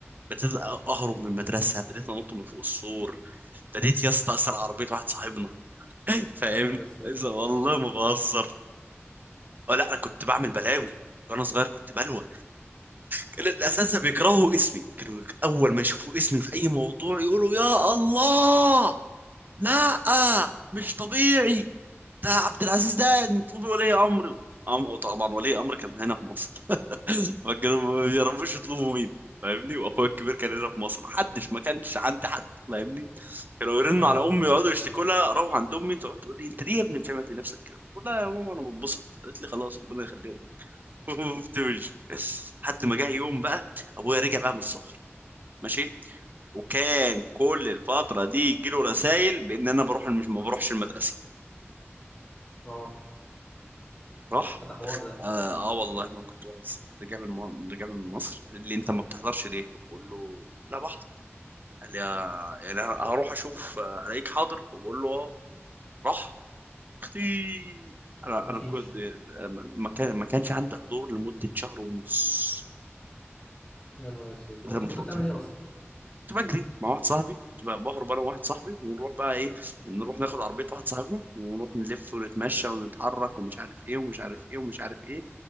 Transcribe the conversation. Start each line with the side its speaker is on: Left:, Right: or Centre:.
Right: بديت اهرب من المدرسه بديت انط من فوق السور بديت يا اسطى اسرق عربيه واحد صاحبنا <laughs> فاهمني
Left: يا نهار اسود
Right: إذا والله ما بهزر أه لا انا كنت بعمل بلاوي وانا صغير كنت بلوى كان الاساتذه بيكرهوا اسمي كانوا اول ما يشوفوا اسمي في اي موضوع يقولوا يا الله لا مش طبيعي ده عبد العزيز ده نطلبي ولي امره أم... طبعا ولي امر كان هنا في مصر فكانوا ما بيعرفوش يطلبوا مين فاهمني واخويا الكبير كان هنا في مصر ما حدش ما كانش عندي حد فاهمني كانوا يرنوا
Left: اه
Right: على امي يقعدوا يشتكوا لها اروح عند امي تقعد تقول لي انت ليه يا ابني بتعمل في نفسك كده؟ بقول لها يا ماما انا بتبسط قالت لي خلاص ربنا يخليهم <laughs> وبتمشي لحد ما جه يوم بقى ابويا رجع بقى من السفر ماشي وكان كل الفتره دي يجي له رسايل بان انا بروح مش ما بروحش المدرسه
Left: اه
Right: راح
Left: فتح حوار ده
Right: اه, آه والله ما كنت بهزر رجع من م- رجع من مصر اللي انت ما بتحضرش ليه بقول له لا بحضر قال لي آه، يعني هروح اشوف آه، الاقيك حاضر وبقول له اه راح اختي انا
Left: مفيش
Right: انا كنت آه، ما كان ما كانش عندي حضور لمده شهر ونص
Left: يا نهار اسود طب
Right: ده
Left: انت
Right: المفروض
Left: كنت بتعمل ايه اصلا
Right: كنت بجري مع واحد صاحبي كنت بقى بهرب انا وواحد صاحبي ونروح بقى ايه نروح ناخد عربيه واحد صاحبنا ونروح نلف ونتمشى ونتحرك ومش عارف ايه ومش عارف ايه ومش عارف ايه